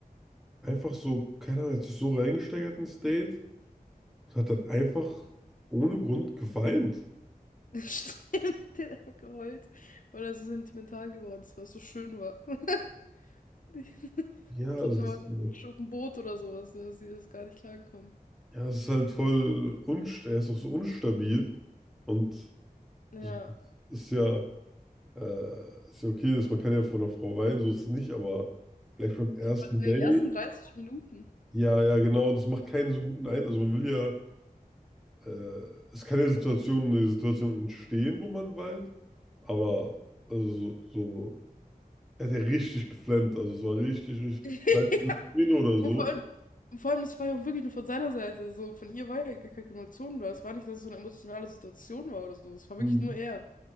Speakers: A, in the centre; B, on the left.
A: einfach so, keine Ahnung, hat sich so reingesteigert ins Date. und hat dann einfach ohne Grund geweint.
B: <laughs> Stimmt, der hat einfach geheult, weil er so sentimental geworden ist, weil es so schön war. <laughs> <laughs>
A: Ja,
B: Ich
A: also,
B: glaube, da
A: es
B: war
A: äh,
B: so auf dem Boot oder sowas, dass sie das gar nicht klarkommen.
A: ja, es ist halt voll unst er ist auch so unstabil und
B: Ja.
A: also, es ist ja, äh, ist ja okay, dass man kann ja von einer Frau weinen, so ist es nicht, aber gleich beim ersten
B: Ja, aber in
A: Date,
B: den ersten 30 Minuten.
A: ja, ja, genau, das macht keinen so guten Eindruck. Also man will ja, äh, es kann ja Situationen, eine Situation entstehen, wo man weint, aber also so, so er hat ja richtig geflammt, also es war richtig, richtig,
B: <laughs>
A: weißt du, eine Szene oder
B: Und
A: so.
B: vor allem, vor allem, das war ja auch wirklich nur von seiner Seite. So, von ihr war ja gar keine Emotion da. Es war nicht, dass es so eine emotionale Situation war oder so. Es war wirklich
A: Mhm.
B: nur er.